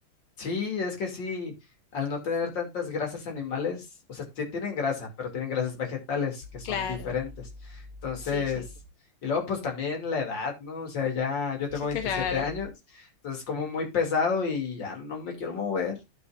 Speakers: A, on the left; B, on the left.
A: Sí, es que sí, al no tener tantas grasas animales, o sea, sí tienen grasa, pero tienen grasas vegetales que son
B: Claro,
A: diferentes. Entonces,
B: sí, sí.
A: y luego pues también la edad, ¿no? O sea, ya yo tengo veintisiete
B: Claro.
A: años, entonces como muy pesado y ya no me quiero mover.